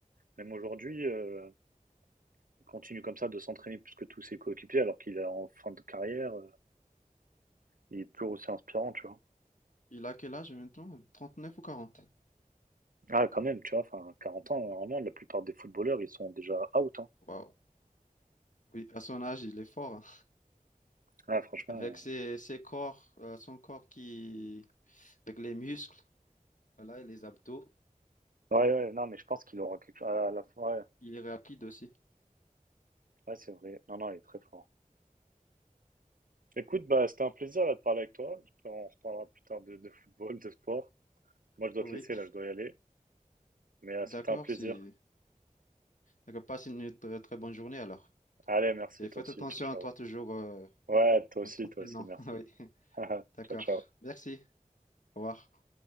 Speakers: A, on the right; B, on the left.
A: Même aujourd'hui, euh, il continue comme ça de s'entraîner plus que tous ses coéquipiers alors qu'il est en fin de carrière. euh, il est toujours aussi inspirant, tu vois.
B: Il a quel âge maintenant? 39 ou 40?
A: Ah quand même, tu vois? Enfin, 40 ans, normalement, la plupart des footballeurs, ils sont déjà out, hein.
B: Waouh. Oui, à son âge, il est fort. hein.
A: Ah franchement,
B: Avec ses, ses corps, euh, son corps qui... Avec les muscles. Voilà, et les abdos.
A: euh, ouais, ouais, non, mais je pense qu'il aura quelque chose à la fin, ouais,
B: Il est rapide aussi.
A: ouais, c'est vrai. Non, non, il est très fort. Écoute, bah, c'était un plaisir là, de parler avec toi. J'espère qu'on reparlera plus tard de, de football, de sport. Moi, je dois
B: Oui,
A: te laisser là, je dois y aller. Mais euh, c'était
B: d'accord,
A: un plaisir.
B: si. D'accord, passe une très très, bonne journée alors.
A: Allez, merci,
B: Et
A: toi
B: faites
A: aussi.
B: attention
A: Ciao, ciao.
B: à toi toujours euh,
A: Ouais, toi aussi,
B: en t'entraînant.
A: toi aussi, merci.
B: <laughs> Oui,
A: <laughs> Ciao,
B: d'accord.
A: ciao.
B: Merci. Au revoir.